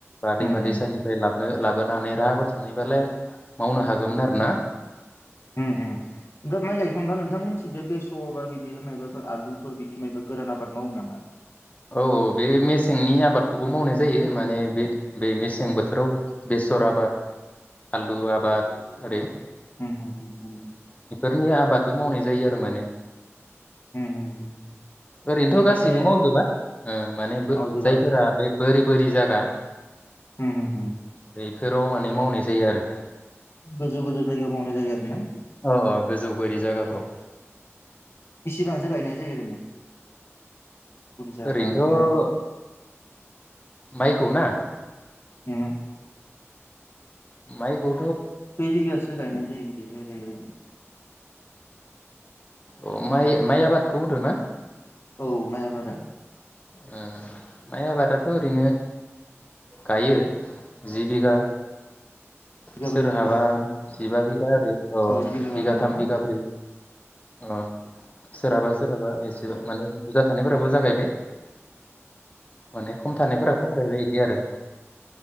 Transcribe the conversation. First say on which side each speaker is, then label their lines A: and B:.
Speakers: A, on the left (about 30°); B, on the left (about 55°).
A: बा दैमा
B: उम उम
A: दैसानिफ्राय लाबनो लाबोनानै राहाफोर थानायबालाय मावनो हागोमोन आरो ना।
B: उम उम ओमफ्राय माइ गायखांबा नोंथांमोनथिंजाय बे सरबा बिदि मायबाफोर आलुफोर बिदि मायबा गोरान आबाद मावो नामा।
A: औ औ बे मेसेंनि आबादखौबो मावनाय जायो माने बे बे मेसें बोथोराव बेसर आबाद आलु आबाद ओरै।
B: उम उम उम।
A: नि आबादबो मावनाय जायो आरो माने।
B: उम उम
A: ओरैनोथ'
B: बिदिहाय
A: गासैबो मावजोबा। उम माने बो
B: मावजोबा
A: जायफोरा
B: आरो।
A: बे बोरि बो रि जागा
B: उम उम उम
A: बे फोराव माने मावनाय जायो आरो।
B: गोजौ गोजौ जायगायाव मावनाय जायो आरो ना।
A: अ अ गोजौ बोरि जायगाफोराव।
B: बिसिबांसो गायनाय जायो ओरैनो। बुरजा
A: ओरैनोथ'
B: हा माइफोरखौ
A: माइखौ ना।
B: उम।
A: माइखौ
B: खैबिगासो गायनाय नै बिदि राइलायो।
A: अ माइ माइ आबादखौ होनदो ना।
B: औ माइ आबादा।
A: उम माइ आबादाथ' ओरैनो गायो जि बिगा।
B: बिगाब्रै
A: सोरहाबा
B: बिगा
A: सिबा बि गा ओरै ओ
B: औ जिबिका गाहाम
A: बिगाथाम
B: जायो
A: बिगाब्रै। अ सोरहाबा सोरहाबा एसेबो माने बुजा थानायफोरा बुजा गायबाय माने खम थानायफोरा खमगायबाय इदि आरो